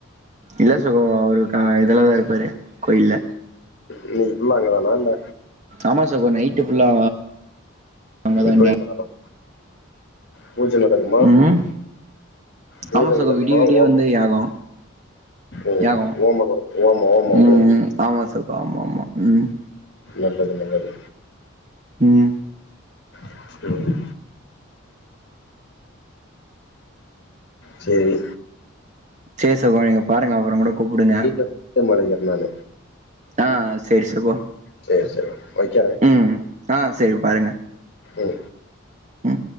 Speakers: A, on the right; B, on the left.
A: இல்ல சகோ அவுரு தா இதல்ல இருப்பாரு கோயில்ல
B: இன்னக்கி ஃபுல்லா அங்க தானா இல்ல
A: ஆமா சகோ நைட்டு ஃபுல்லா அங்கதா
B: இப்பவே
A: டே
B: போனாலும் பூஜ நடக்குமா
A: ம்
B: பூஜ
A: ஆமா சகோ
B: நடக்குமா
A: விடிய விடிய
B: ஹோமம்
A: வந்து யாகோ
B: ம்
A: யாகோ
B: ஓமோம் நடக்கு ஓமோ ஓமோம்
A: ம் ஆமா சகோ ஆமா ஆமா ம்
B: நல்லது நல்லது
A: ம்
B: <unintelligible> செரி
A: சேரி சகோ நீங்க பாருங்க அப்பறம் கூட கூப்பிடுங்க
B: மீண்டும் மீண்டும் அழைக்கிறேன் நானு.
A: ஆ செரி சகோ
B: சரி சரி வைக்கிறேன்
A: ம் ஆ செரி பாருங்க
B: ம்
A: ம்